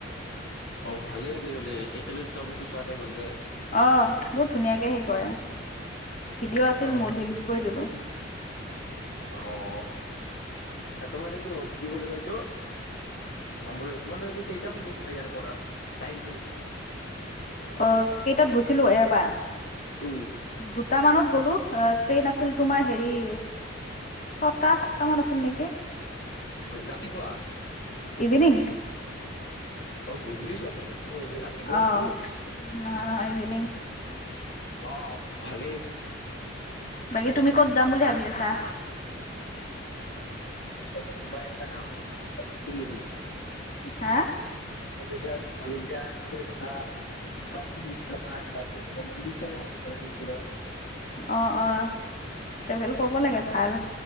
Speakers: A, on the left; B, on the left.
A: অ' ভালেই দে হলে একেলগে দুটা বস্তু চোৱাটে হৈ যায়।
B: অ', বহুত ধুনীয়াকে হে কৰে, ভিডিঅ' আছিল
A: অ
B: মোৰ ডিলিট কৰি দিলো।
A: অ' আৰু তোমাৰ এইটো কি বুলি কয়টো। বুলি তোমালোকে কেইটামানত গৈছিলা ইয়াৰ পৰা। টাইমটো
B: অ' কেইটাত গৈছো। ছিলো এয়াৰ পৰা,
A: উম
B: দুট মানত গলো। ট্ৰেইন আছিল তোমাৰ হেৰি ছয়টা সাতটা মান আছিল নেকি।
A: গ'ল ৰাতিপুৱা।
B: ইভিনিং
A: অ' গধূলিছ ছাগে মই ভাবিছিলো ৰাতিুপুৱা
B: অ',
A: নেকি।
B: নহয় নহয় ইভিনিং
A: অ' ভালেই।
B: বাকী তুমি কত যাম বুলি ভাবি আছা
A: যৰি
B: হা
A: তিয়া প দয়া থ <unintelligible> কাশ্মীৰ বিশ্ব মানতাৰপিছত উৰিষ্যা হওঁক
B: অহ অহ ট্ৰেভেল কৰিব লাগে ভাল।